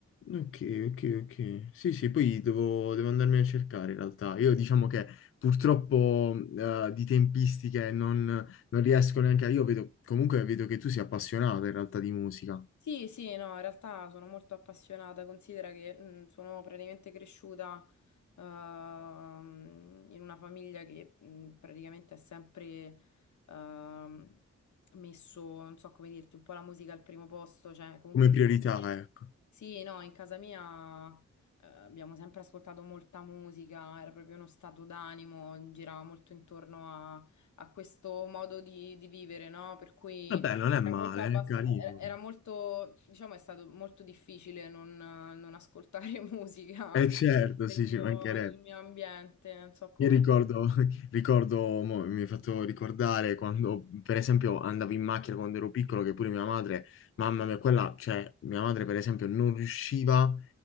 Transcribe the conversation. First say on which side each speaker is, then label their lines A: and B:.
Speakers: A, on the left; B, on the left.
A: ok, ok, ok. Sì, sì, poi devo, devo andarmene a cercare in realtà. Io diciamo che purtroppo eh, di tempistiche non, non riesco neanche a... Io vedo, comunque vedo che tu sei appassionato in realtà di musica,
B: Sì, sì, no, in realtà sono molto appassionata, considera che mh, sono praticamente cresciuta ehm, in una famiglia che mh, praticamente ha sempre ehm, messo, non so come dirti, un po' la musica al primo posto, cioè comunque
A: come
B: in
A: priorità,
B: casa mia-
A: ecco.
B: sì, no, in casa mia eh, abbiamo sempre ascoltato molta musica, era proprio uno stato d'animo, girava molto intorno a, a questo modo di, di vivere, no? Per cui...
A: Vabbè, non è
B: Era
A: male,
B: molto, abbasta-
A: è carino.
B: era era molto, diciamo, è stato molto difficile non, non ascoltare <laughs> musica
A: Eh certo,
B: nel
A: sì,
B: mio,
A: ci mancherebbe.
B: nel mio ambiente, non so come.
A: Io ricordo, <laughs> ricordo, mo mi hai fatto ricordare quando, per esempio, andavo in macchina quando ero piccolo, che pure mia madre, mamma mia, quella, cioè, mia madre, per esempio, non riusciva